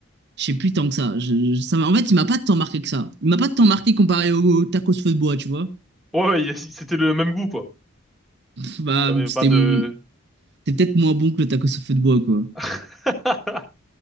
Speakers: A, on the right (about 55°); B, in the centre.
A: Je sais plus tant que ça. Je- je- ça m'a- en fait, il m'a pas tant marqué que ça. Il m'a pas tant marqué comparé au au tacos feu de bois, tu vois.
B: Ouais, ouais, il y a- c'était le même goût, quoi.
A: Pff, bah,
B: Il y avait
A: c'était
B: pas de...
A: m- c'était peut-être moins bon que le tacos au feu de bois, quoi.
B: <laughs>